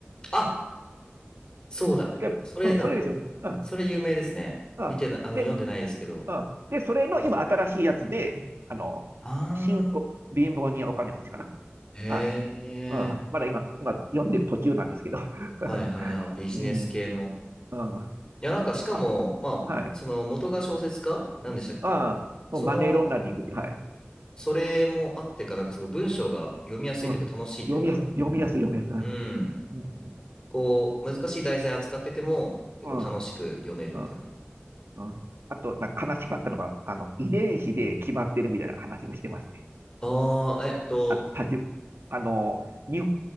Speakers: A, on the left; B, on the right.
A: あ、そうだ。
B: な。違う。
A: それだ。
B: うん、それですよね。うん、
A: それ有名ですね。
B: うん。
A: 見てな、あの、
B: で、
A: 読んでないですけど。
B: うん。で、それの今、新しいやつで、あの、
A: あ
B: 新お、貧乏人お金持ちかな。
A: あ。へえ。
B: はい。うん。まだ今、今、読んでる途中なんですけど。
A: はいはいはい。
B: <laughs>
A: ビジネス系の。
B: うん。うん。ま
A: いや、なんか、しかも、
B: あ、
A: まあ、
B: はい。
A: その、元が小説家なんでしたっけ
B: ああ、
A: その、
B: マネーロンダリングって、はい。
A: それもあってか、なんか、すごい文章が読みやすいというか、
B: うん。
A: 楽しいというか。
B: 読みやす、読みやすい、読みやす
A: うん。
B: い。うん。
A: こう、難しい題材扱ってても、結構楽しく読めるみたいな。
B: うん。うん。うんうんあと、なんか悲しかったのが、あの、遺伝子で決まってるみたいな話もしてますね。
A: ああ、えっと、
B: あの、たち、あの、に、